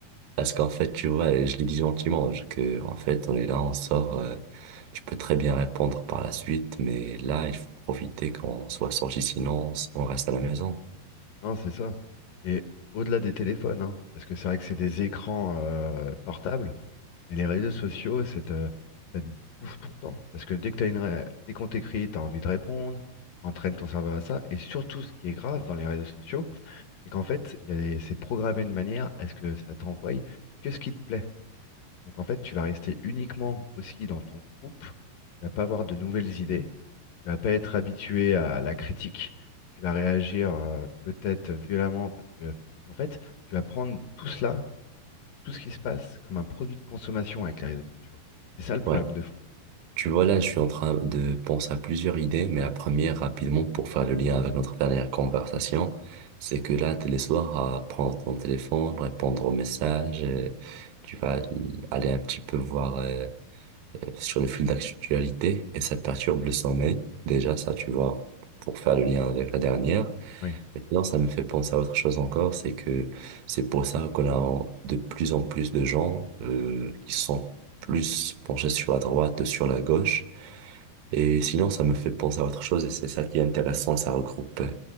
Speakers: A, on the right (about 75°); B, on the left (about 70°).
A: Parce qu'en fait, tu vois, et je l'ai dit gentiment, je- que, en fait, on est là, on sort, euh, tu peux très bien répondre par la suite, mais là, il faut profiter quand on soit sorti, sinon on s- on reste à la maison.
B: Non, c'est ça. Et au-delà des téléphones, hein, parce que c'est vrai que c'est des écrans euh, portables. Mais les réseaux sociaux, c'est te- ça te bouffe ton temps. Parce que dès que t'as une ré- dès qu'on t'écrit, tu as envie de répondre, ça entraîne ton cerveau à ça. Et surtout, ce qui est grave dans les réseaux sociaux, c'est qu'en fait, il y a des- c'est programmé de manière à ce que ça t'envoie que ce qui te plaît. Donc en fait, tu vas rester uniquement aussi dans ton groupe, tu vas pas avoir de nouvelles idées, tu vas pas être habitué à la critique, tu vas réagir euh, peut-être violemment parce que en fait, tu vas prendre tout cela, tout ce qui se passe comme un produit de consommation avec les réseaux sociaux. C'est ça le problème
A: Ouais.
B: de fond.
A: Tu vois, là, je suis en train de penser à plusieurs idées, mais la première, rapidement, pour faire le lien avec notre dernière conversation, c'est que là, t'es le soir à prendre ton téléphone, répondre aux messages, euh, tu vas aller un petit peu voir euh, euh, sur le fil d'actualité, et ça perturbe le sommeil. Déjà, ça, tu vois, pour faire le lien avec la dernière.
B: Oui,
A: Maintenant, ça me fait penser à autre chose encore, c'est que c'est pour ça qu'on a de plus en plus de gens euh, qui sont plus penchés sur la droite, sur la gauche. Et sinon, ça me fait penser à autre chose et c'est ça qui est intéressant, ça regroupe, euh,